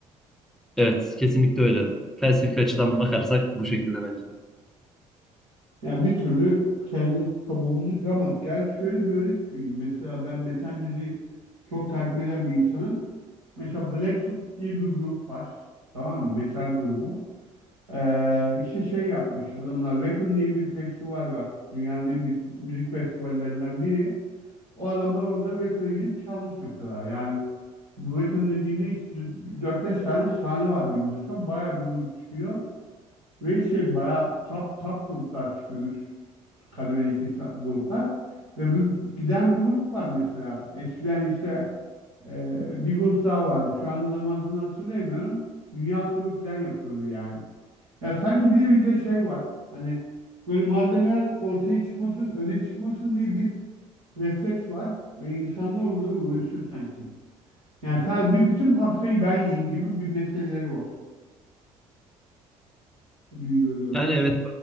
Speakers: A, in the centre; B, on the right.
A: Evet, kesinlikle öyle. Felsefi açıdan bakarsak bu şekilde bence de.
B: Yani bir türlü kendi kabuğumuzu kıramadık. Gel şöyle bir örnek vereyim. Mesela ben metal müziği çok takip eden bir insanım. Mesela Black diye bir grup var. Tamam mı? Metal grubu. Ee, işte şey yapmış adamlar. Wacken diye bir festival var. Dünyanın en büyük müzik festivallerinden biri. O adamlar orada Wacken'a gidip çalmış mesela. Yani bu Wacken dediğimde işte dört beş tane sahne var bilmiyorsan. Bayağı bir grup çıkıyor. Ve şey bayağı top top gruplar çıkıyor. Üst kademedeki sa- gruplar. Ve bu, giden bir grup var mesela. Eskiden işte e, bir grup daha vardı. Şu anda tam adını hatırlayamıyorum. Dünya turu falan yapıyordu yani. Ya sanki bir de bizde şey var. Hani böyle malzemeler ortaya çıkmasın, öne çıkmasın diye bir refleks var. Ve insanlar onlara uğraşıyor sanki. Yani sadece bütün pastayı ben yiyeyim gibi bir meseleleri var gibi görüyorum.
A: Yani evet,